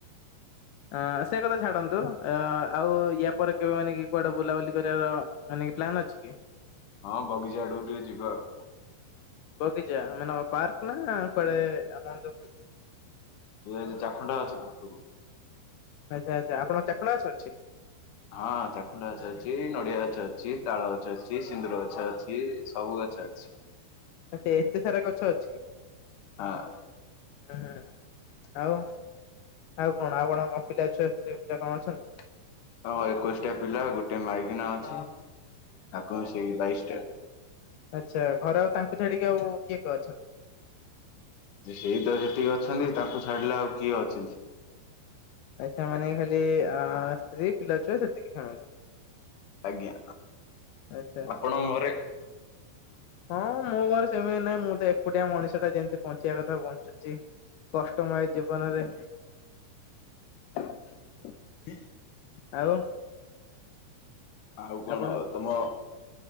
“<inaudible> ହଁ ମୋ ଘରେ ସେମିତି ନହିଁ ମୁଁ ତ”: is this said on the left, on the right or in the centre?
Left